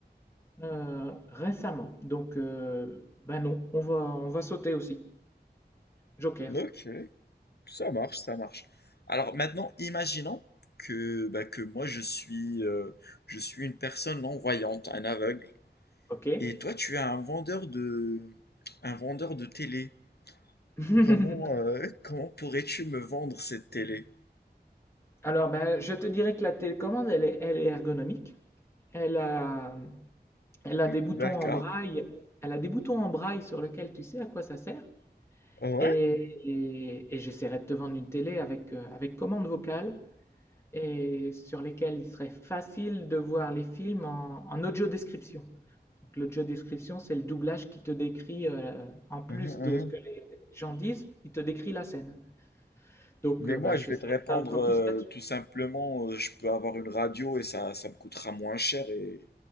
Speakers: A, on the left; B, on the left.
A: euh, récemment. Donc, euh, bah non, on va, on va sauter aussi. Joker,
B: ok, ça marche, ça marche. Alors maintenant, imaginons que, bah, que moi je suis, euh, je suis une personne non-voyante, un aveugle.
A: ok.
B: Et toi, tu es un vendeur de, un vendeur de télé.
A: <laughs>
B: Comment, euh, <laughs> comment pourrais-tu me vendre cette télé?
A: Alors, ben, je te dirais que la télécommande, elle est, elle est ergonomique. Elle a, elle a des boutons
B: D'accord.
A: en braille. Elle a des boutons en braille sur lesquels tu sais à quoi ça sert.
B: Ouais.
A: Et et et j'essaierais de te vendre une télé avec, heu, avec commande vocale et sur lesquelles il serait facile de voir les films en en audio description. Donc l'audio description, c'est le doublage qui te décrit, heu, en plus
B: Mhm,
A: de
B: mhm.
A: ce que les gens disent, il te décrit la scène. Donc
B: Mais
A: heu,
B: moi,
A: bah, j'essaierai
B: je vais te répondre
A: de faire le focus
B: euh,
A: là-dessus.
B: tout simplement, euh, je peux avoir une radio et ça, ça me coûtera moins cher et,